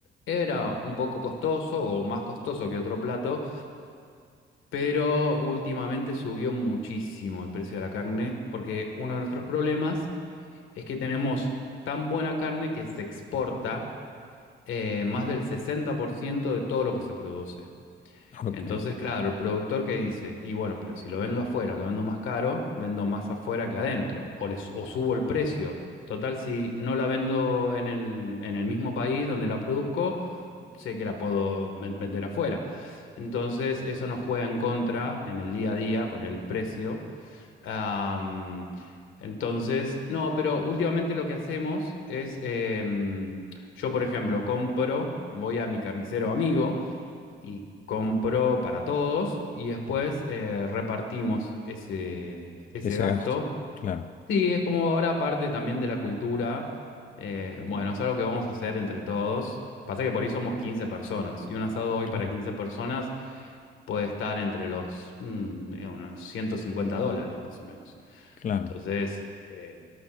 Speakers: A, on the left; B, on the left.
A: era un poco costoso o más costoso que otro plato, pero últimamente subió muchísimo el precio de la carne, porque uno de nuestros problemas es que tenemos tan buena carne que se exporta eh, más del 60% de todo lo que se produce.
B: ok.
A: Entonces, claro, el productor que dice, y bueno, pero si lo vendo afuera, lo vendo más caro, vendo más afuera que adentro, o, les, o subo el precio. Total, si no la vendo en el, en el mismo país donde la produzco, sé que la puedo ven- vender afuera. Entonces, eso nos juega en contra en el día a día con el precio. Am, entonces, no, pero últimamente lo que hacemos es, em, yo por ejemplo, compro, voy a mi carnicero amigo, y compro para todos y después eh, repartimos ese, ese
B: Ese
A: gasto.
B: gasto, claro,
A: Sí, es como ahora parte también de la cultura. eh, bueno, es algo que vamos a hacer entre todos. Pasa que por ahí somos 15 personas y un asado hoy
B: claro.
A: para 15 personas puede estar entre los mm, eh, unos 150 dólares más o menos.
B: Claro,
A: Entonces, eh,